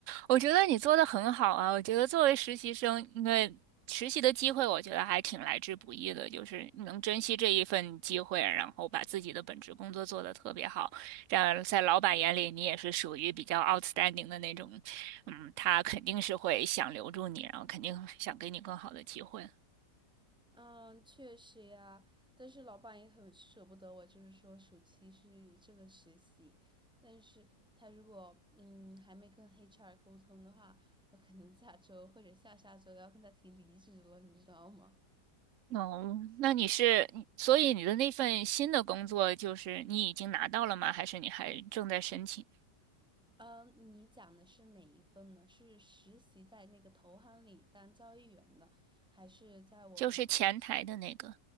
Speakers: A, on the right; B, in the centre.
A: 我觉得你做的很好啊！我觉得作为实习生，因为实习的机会，我觉得还挺来之不易的，就是你能珍惜这一份机会，然后把自己的本职工作做得特别好，这样在老板眼里你也是属于比较 outstanding 的那种，嗯，他肯定是会想留住你，然后肯定想给你更好的机会。
B: 嗯，确实呀，但是老板也很舍不得我，就是说暑期是这个实习，但是他如果嗯还没跟 HR 沟通的话，我可能下周或者下下周要跟他提离职了，你知道吗？
A: 哦，那你是，你所以你的那份新的工作就是你已经拿到了吗？还是你还正在申请？
B: 嗯，你讲的是哪一份呢？是实习在那个投行里当交易员的，还是在我？
A: 就是前台的那个。